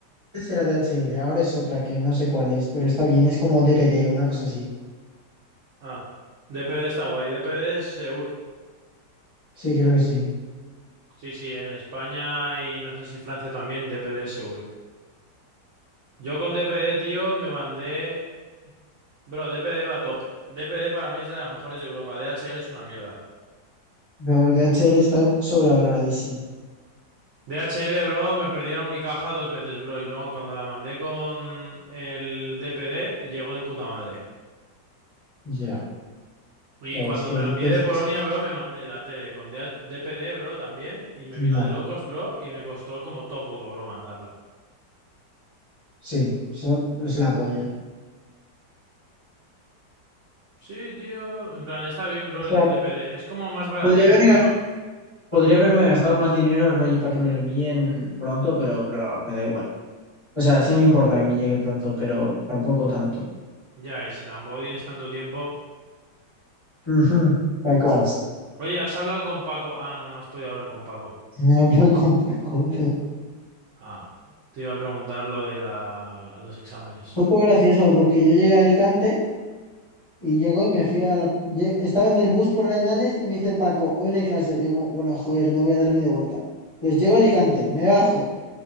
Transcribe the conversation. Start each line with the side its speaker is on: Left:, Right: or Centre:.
Left: antes era DHL, ahora es otra que no sé cuál es, pero está bien, es como DPD, una cosa así.
Right: Ah. DPD está guay. DPD es Seur.
Left: Sí, creo que sí.
Right: Sí, sí, en España y no sé si Francia también, DPD es Seur. Yo con DPD, tío, me mandé... Bro, DPD va top. DPD para mí es de las mejores de Europa. DHL es una mierda.
Left: Pero el DHL está sobrevaloradísimo.
Right: DHL, bro, me perdieron mi caja dos veces, bro. Y luego cuando la mandé con el DPD, llegó de puta madre.
Left: Ya,
Right: Y
Left: la
Right: cuando
Left: bestia
Right: me
Left: de
Right: lo envié
Left: pez.
Right: de Polonia, bro, me mandé la tele con DH DPD, bro, también. Y me
Left: Ya,
Right: vino de locos, bro. Y me costó como todo poco, bro, mandarla.
Left: sí, son, es la polla.
Right: Sí, tío. En plan, está bien, bro,
Left: O sea,
Right: el DPD. Es como más baratillo
Left: podría haber
Right: encima.
Left: gas- podría haberme gastado más dinero rollo para que me lo envíen pronto, pero bro, me da igual. O sea, sí me importa que me llegue pronto, pero tampoco tanto.
Right: Ya, y si tampoco tienes tanto tiempo.
Left: Ujú, Tal cual.
Right: Oye, ¿has hablado con Paco? Ah, no, no has podido hablar con Paco.
Left: Me hablo con Paco, bro.
Right: Ah, te iba a preguntar lo de la... los exámenes.
Left: Fue todo gracioso porque yo llegué a Alicante y llegó y me fui a la... lle- Estaba en el bus por Arenales y me dice el Paco, hoy no hay clase. Y yo como, bueno, joder, no voy a dar media vuelta. Entonces llego a Alicante, me bajo.